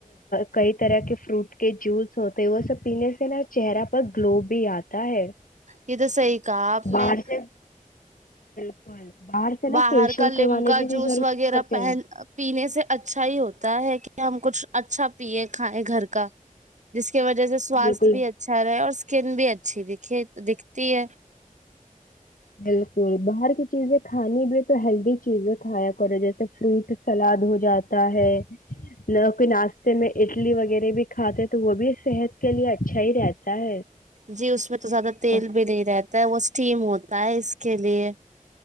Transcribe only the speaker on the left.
کئی طرح کے فروٹ کے جوس ہوتے وہ سب پینے سے نا چہرہ پر گلو بھی آتا ہے
باہر
سے <unintelligible> نا
فیشیل
کروانے
کی بھی
ضرورت
نہیں پڑتے
ہیں
بالکل
بالکل باہر کی چیزیں کھانی بھی تو ہیلدی چیزیں کھایا کرے جیسے فروٹ سلاد ہو جاتا ہے نہ کوئی ناشتے میں اڈلی وغیرہ بھی کھاتے ہیں تو وہ بھی صحت کے لیے اچھا ہی رہتا ہے
اور